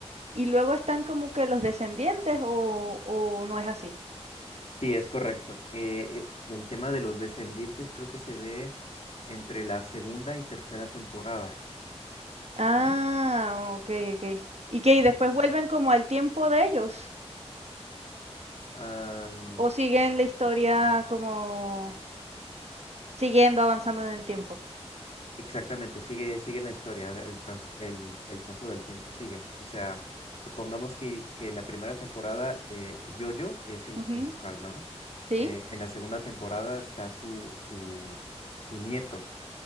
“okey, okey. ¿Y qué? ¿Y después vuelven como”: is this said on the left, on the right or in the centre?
Right